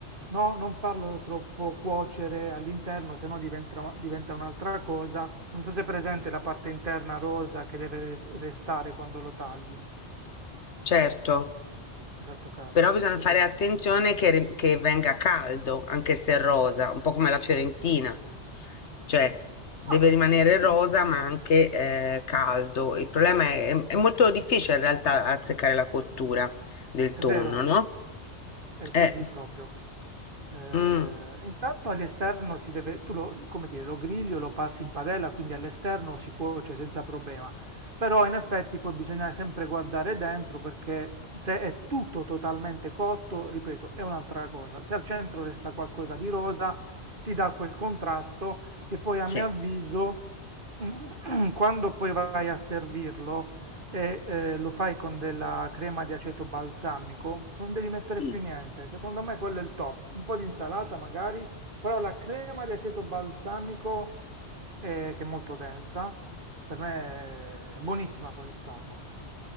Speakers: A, on the right; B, on the left.
A: no, non farlo troppo cuocere all'interno, se no diventa, diventa un'altra cosa. Non so se è presente la parte interna rosa che deve res- restare quando lo tagli.
B: Certo,
A: Esatto caso,
B: però bisogna
A: sì.
B: fare attenzione che, ri- che venga caldo, anche se è rosa, un po' come la Fiorentina, cioè deve
A: Ma
B: rimanere
A: sì,
B: rosa ma anche eh, caldo. Il problema è, è molto difficile in realtà azzeccare la cottura del
A: è
B: tonno,
A: vero,
B: no?
A: è
B: Eh,
A: così proprio. Eh,
B: mm, mm,
A: intanto all'esterno si deve, tu lo, come dire, lo grigli o lo passi in padella, quindi all'esterno si cuoce senza problema. Però in effetti poi bisogna sempre guardare dentro perché se è tutto totalmente cotto, ripeto, è un'altra cosa. Se al centro resta qualcosa di rosa, ti dà quel contrasto che poi a
B: sì,
A: mio avviso, <clears throat> quando poi vai a servirlo, e eh, lo fai con della crema di aceto balsamico, non devi mettere
B: Sì.
A: più niente. Secondo me quello è il top. Un po' di insalata magari, però la crema di aceto balsamico, eh, che è molto densa, per me è buonissima con il tonno.